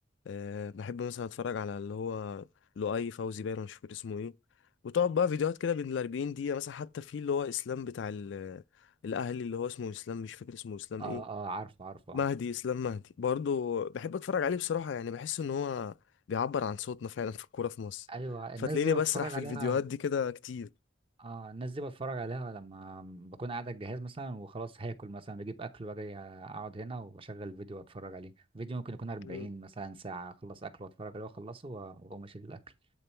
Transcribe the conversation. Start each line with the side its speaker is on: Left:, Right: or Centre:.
Left: أه بحب مثلا اتفرج على اللي هو لؤي فوزي باين ولا مش فاكر اسمه ايه وتقعد بقى فيديوهات كده بين ال 40 دقيقة مثلا حتى في اللي هو اسلام بتاع ال- الاهلي اللي هو اسمه اسلام مش فاكر اسمه اسلام
Right: اه
Left: ايه
Right: آه، عارفه عارفه آه.
Left: مهدي اسلام مهدي برضو بحب اتفرج عليه بصراحة يعني بحس ان هو بيعبر عن صوتنا فعلا في الكورة في مصر
Right: ايوه
Left: فتلاقيني
Right: الناس دي بتفرج
Left: بسرح في
Right: عليها
Left: الفيديوهات دي كده كتير
Right: اه الناس دي بتفرج عليها لما بكون قاعد على الجهاز مثلا وخلاص هاكل مثلا بجيب اكل واجي اقعد هنا واشغل فيديو واتفرج عليه فيديو ممكن يكون 40
Left: مم.
Right: مثلا ساعة اخلص اكل واتفرج عليه واخلصه و- واقوم اشيل الاكل